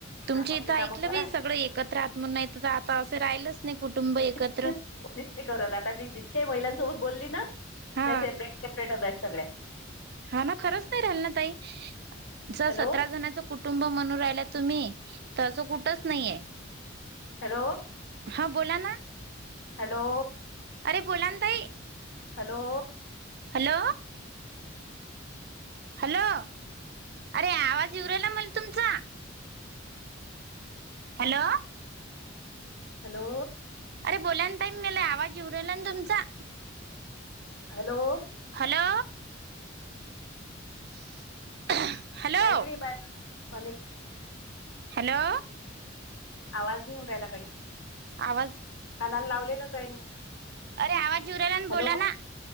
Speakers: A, on the right; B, on the left.
A: तुमचे
B: आपापले
A: इथं
B: कामं
A: ऐकलं
B: करा
A: बाई सगळं एकत्र आहात म्हणून नाही तर आता असं राहिलंच नाही कुटुंब एकत्र.
B: <unintelligible> करत आता मी जितके महिलांसोबत बोलली ना
A: हा
B: त्या सेपरेट सेपरेटच आहेत सगळ्या.
A: हा ना खरंच नाही राहिलं ना ताई. जर
B: हॅलो
A: सतरा जणांच कुटुंब म्हणून राहिला तुम्ही, तर असं कुठच नाहीये.
B: हॅलो.
A: हा बोला ना.
B: हॅलो.
A: अरे बोला ना ताई.
B: हॅलो.
A: Hello hello. अरे आवाज येऊ राहीला मले तुमचा. हॅलो.
B: हॅलो.
A: अरे बोला ना ताई मला आवाज येऊ राहिला ना तुमचा.
B: हॅलो.
A: हॅलो. <inaudible> हॅलो
B: कायतरी बाय कनेक्ट
A: हॅलो
B: <unintelligible> आवाज नाही येऊ राहिला काहीच,
A: आवाज
B: कानाला लावलेलंच आहे ना.
A: अरे आवाज येऊ राहिला
B: हॅलो
A: बोला ना,